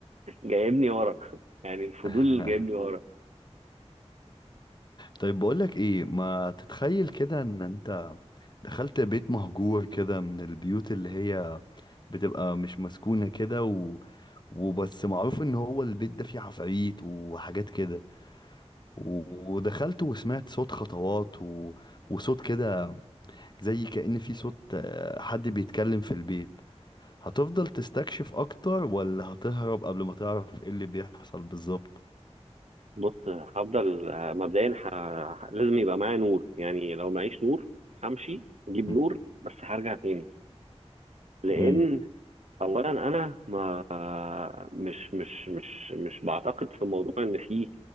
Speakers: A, on the right; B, on the left.
A: <laughs> جايبني ورا يعني الفضول
B: <laughs>
A: جايبني ورا
B: طيب بقولك ايه ما تتخيل كده ان انت دخلت بيت مهجور كده من البيوت اللي هي بتبقى مش مسكونة كده و... وبس معروف ان هو البيت ده فيه عفاريت وحاجات كده و- ودخلت وسمعت صوت خطوات و... وصوت كده زي كأن في صوت آه، حد بيتكلم في البيت هتفضل تستكشف اكتر ولا هتهرب قبل ما تعرف ايه اللي بيحصل بالظبط
A: بص هفضل آه، مبدئيا ح... ح- لازم يبقى معايا نور يعني لو معيش نور همشي اجيب
B: <laughs>
A: نور بس هرجع تاني لان
B: مم.
A: اولا انا ما مش مش مش مش بعتقد في موضوع ان في